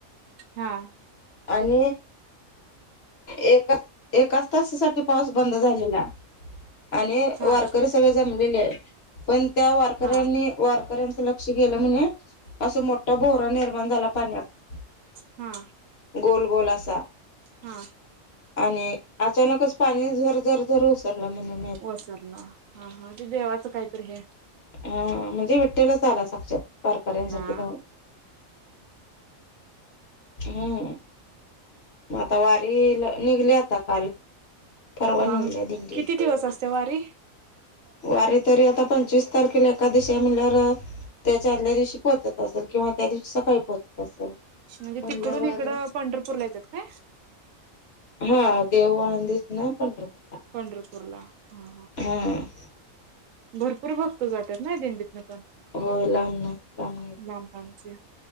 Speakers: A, on the right; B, on the left.
A: हा!
B: आणि. एका, एकाच तासासाठी पाऊस बंद झालेला, आणि
A: हा
B: वारकरी सगळे जमलेल आहे पण त्या वारकऱ्यांनी
A: हा
B: वारकऱ्यांच ल क्ष गेलं म्हने असं मोठा भोवरा, निर्माण झाला पाण्यात.
A: हा
B: गोल गोल असा
A: हा
B: आणि अचानकच पाणी झर झर झर ओसरलं म्हणून
A: ओसरला हा हा ते देवाचं काहीतरी हे
B: हा म्हणजे विठ्ठलच आला साक्षात वारकऱ्यांसाठी
A: हा
B: धावुन हं आता वारकरी निघले आता काल परवा निघली
A: हा
B: दिंडी
A: किती दिवस असते वारी
B: वारीत तरी आता पंचवीस तारखेला एकादशी म्हणल्यावर त्याच्या आदल्या दिवशी पोहोचत असेल किंवा त्या दिवशी सकाळी पोहोचत असेल
A: म्हणजे
B: म्हणल्यावर
A: तिकडून इकडं पंढरपूरला येतात काय?
B: हा देहु आळंदीतन पंढरपूरला
A: पंढरपूरला हा
B: हा
A: भरपूर भक्त जातात ना दिंडीतन पण
B: हो लांब ना नाही येतात
A: लांब लांबचे